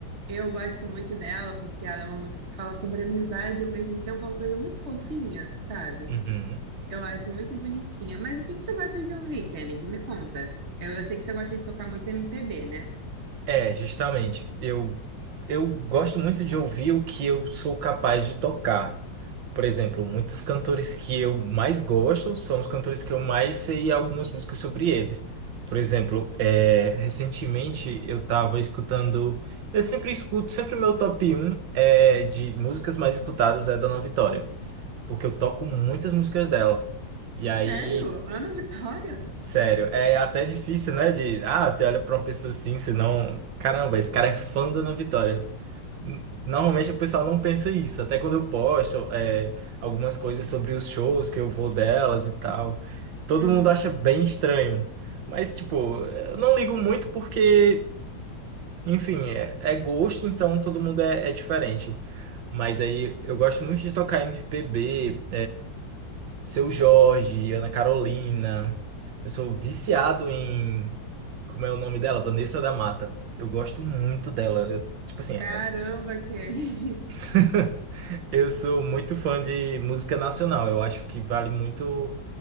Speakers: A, on the right; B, on the right.
A: eu gosto muito dela porque ela é uma música que fala sobre amizade, e ao mesmo tempo é uma coisa muito fofinha, sabe?
B: Uhum.
A: Eu acho muito bonitinha. Mas o que que você gosta de ouvir, Kennedy? Me conta. Eu, eu sei que você gosta de tocar muito MPB, né?
B: É, justamente. Eu, eu gosto muito de ouvir o que eu sou capaz de tocar. Por exemplo, muitos cantores que eu mais gosto são os cantores que eu mais sei algumas músicas sobre eles. Por exemplo, é, recentemente eu tava escutando. Eu sempre escuto, sempre meu top um é, de músicas mais escutadas é da Ana Vitória, porque eu toco muitas músicas dela. E aí.
A: Sério? Ana Vitória?
B: Sério, é até difícil, né? De, ah, você olha pra uma pessoa assim, senão, caramba, esse cara é fã do Ana Vitória. N- Normalmente o pessoal não pensa isso, até quando eu posto é, algumas coisas sobre os shows que eu vou delas e tal. Todo
A: Uhum.
B: mundo acha bem estranho. Mas, tipo, eu não ligo muito porque, enfim, é, é gosto, então todo mundo é, é diferente. Mas aí eu gosto muito de tocar MPB. Seu Jorge, Ana Carolina. Eu sou viciado em. Como é o nome dela? Vanessa da Mata. Eu gosto muito dela. Eu- tipo assim,
A: Caramba,
B: é.
A: Kennedy.
B: <laughs> Eu sou muito fã de música nacional. Eu acho que vale muito,